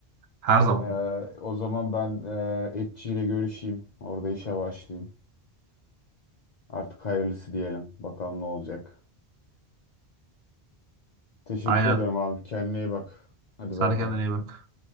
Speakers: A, on the right; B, on the left.
A: Her zaman.
B: E, o zaman ben e, etçiyle görüşeyim. Orada işe başlayayım. Artık hayırlısı diyelim. Bakalım ne olacak. Teşekkür
A: Aynen.
B: ederim abi. Kendine iyi bak. Hadi
A: Sen
B: bay
A: de kendine
B: bay.
A: iyi bak.